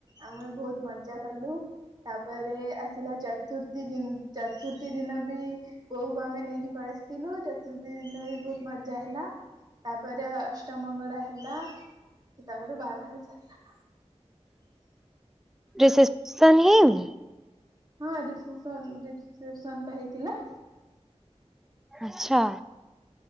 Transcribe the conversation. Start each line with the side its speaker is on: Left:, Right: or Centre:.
Right: ଆମେ ବହୁତ ମଜା କଲୁ। ତାପରେ ଆସିଲା ଚତୁର୍ଥୀ ଦି, ଚତୁର୍ଥୀ ଦିନ ବି ବୋଉକୁ ଆମେ ନେଇକି ପଳେଇ ଆସିଥିଲୁ। ଚତୁର୍ଥୀ ଦିନ ବି ବହୁତ ମଜା ହେଲା। ତାପରେ ଅଷ୍ଟମଙ୍ଗଳା ହେଲା। ତା ପରେ ବାହା ଘର ସରିଲା
Centre: ରିସେପ୍ସନ ହେଇନି?
Right: ହଁ ରିସେପ୍ସନ ରେ, ରିସେପ୍ସନ ପା ହେଇଥିଲା।
Centre: ଆଚ୍ଛା।